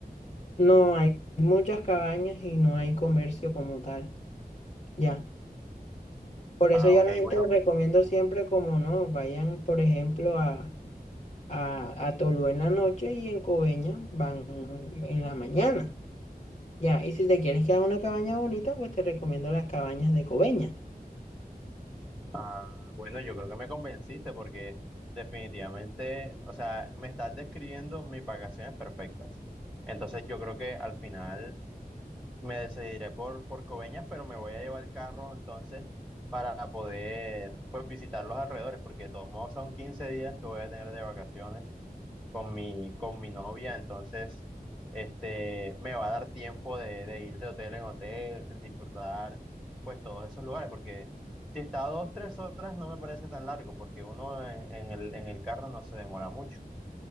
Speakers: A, on the left; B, in the centre.
A: No, hay muchas cabañas y no hay comercio como tal, ya. Por
B: Ah,
A: eso ya
B: ok,
A: la gente
B: bueno.
A: les recomiendo siempre como no, vayan, por ejemplo, a, a, a Tolú en la noche y en Coveña van en la mañana, ya. Y si te quieres quedar en una cabaña bonita, pues te recomiendo las cabañas de Coveña.
B: Ah, bueno, yo creo que me convenciste porque definitivamente, o sea, me estás describiendo mis vacaciones perfectas. Entonces yo creo que al final me decidiré por, por Coveñas, pero me voy a llevar el carro entonces para poder pues visitar los alrededores, porque de todos modos son 15 días que voy a tener de vacaciones con mi, con mi novia, entonces este, me va a dar tiempo de, de ir de hotel en hotel, disfrutar pues todos esos lugares, porque si está a dos, tres horas no me parece tan largo, porque uno en, en el, en el carro no se demora mucho.